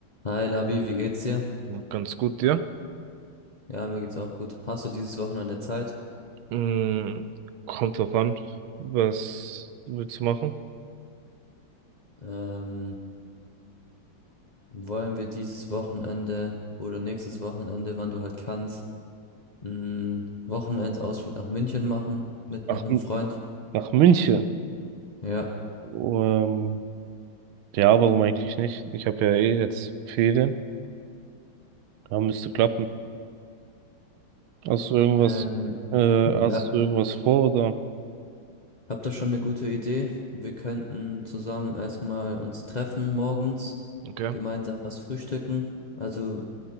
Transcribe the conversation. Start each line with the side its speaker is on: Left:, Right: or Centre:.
Left: Hi Labi, wie geht's dir?
Right: Ganz gut, dir.
Left: Ja, mir geht's auch gut. Hast du dieses Wochenende Zeit?
Right: Mm, kommt drauf an, was willst du machen?
Left: Ähm, wollen wir dieses Wochenende oder nächstes Wochenende, wann du halt kannst, einen Wochenendausflug nach München machen mit
Right: Ach,
Left: noch einem
Right: m-
Left: Freund?
Right: nach München.
Left: Ja.
Right: Ähm, ja, warum eigentlich nicht? Ich habe ja eh jetzt Ferien. Da müsste klappen. Hast du irgendwas,
Left: Ähm,
Right: äh,
Left: ja.
Right: hast du irgendwas vor oder?
Left: Habt ihr schon eine gute Idee? Wir könnten zusammen erstmal uns treffen morgens,
Right: Okay,
Left: gemeinsam was frühstücken. Also